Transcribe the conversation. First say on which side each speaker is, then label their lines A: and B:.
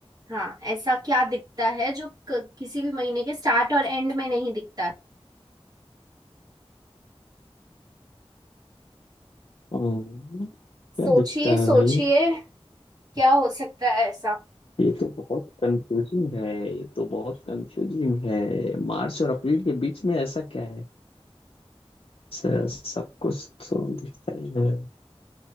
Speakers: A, on the right; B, on the left.
A: हाँ ऐसा क्या दिखता है जो क- किसी भी महीने के स्टार्ट और एंड में नहीं दिखता है
B: हम्म, क्या
A: सोचिए
B: दिखता है
A: सोचिए
B: भाई
A: क्या हो सकता है ऐसा
B: ये तो बहुत कंफ्यूजिंग है ये तो बहुत कंफ्यूजिंग है मार्च और अप्रैल के बीच में ऐसा क्या है स- सब कुछ तो दिखता ही है